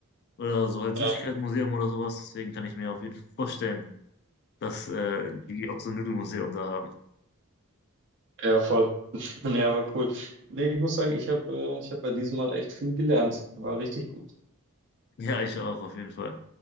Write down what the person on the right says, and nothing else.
Ja,
ja, voll. <laughs> Ja, war cool. Nee, ich muss sagen, ich habe äh, ich hab bei diesem Mal echt viel gelernt. War richtig gut.